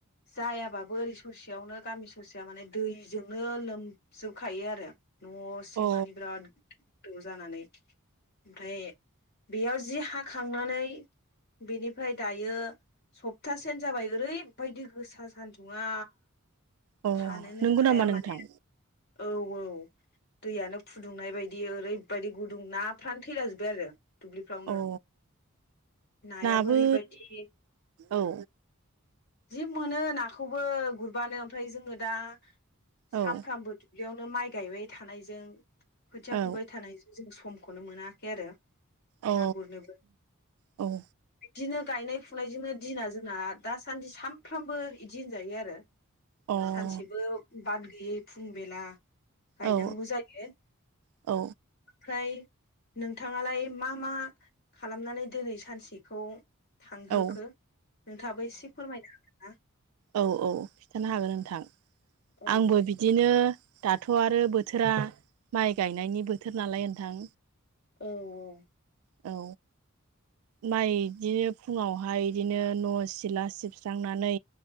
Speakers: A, on the left; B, on the right.
A: जायाबाबो ओरै ससेयावनो गामि ससेया माने दैजोंनो लोम जोबखायो आरो न' सिंमानि
B: अ
A: बिराद गोदौ जानानै ओमफ्राय बेयाव जि हाखांनानै बेनिफ्राय दायो सप्तासेनो जाबाय ओरैबायदि गोसा सानदुङा।
B: अ
A: थानोनो
B: नंगौ
A: हाया
B: नामा नोंथां?
A: माने औ औ दैयानो फुदुंनाय बायदि ओरैबायदि गुदुं नाफ्रानो थैलाजोबबाय आरो दुब्लिफ्रावनो
B: अ
A: नायाबो
B: नाबो
A: ओरैबायदि
B: औ
A: जि मोनो नाखौबो गुरबानो ओमफ्राय जोङो दा सानफ्रामबो
B: औ
A: दुब्लियावनो माइ गायबाय थानायजों खोथिया
B: औ
A: फुबाय थानायजों जों समखौनो मोनाखै आरो
B: औ
A: ना गुरनोबो
B: औ
A: बिदिनो गायनाय फुनायजोंनो दिना जोंना दासान्दि सानफ्रामबो बिदि होनजायो आरो।
B: औ
A: सानसेबो बाद गैयै फुं बेला गायनांगौ
B: औ
A: जायो।
B: औ
A: ओमफ्राय नोंथाङालाय मा मा खालामनानै दिनै सानसेखौ थांहोखो
B: अ
A: नोंथाङाबो एसे फोरमायनो हागोन ना?
B: औ औ खिथानो हागोन नोंथां
A: औ
B: आंबो
A: दे
B: बिदिनो। दाथ' आरो बोथोरा माइ गायनायनि बोथोर नालाय नोंथां
A: औ औ
B: औ माइ बिदिनो फुङावहाय बिदिनो न' सिला सिबस्रांनानै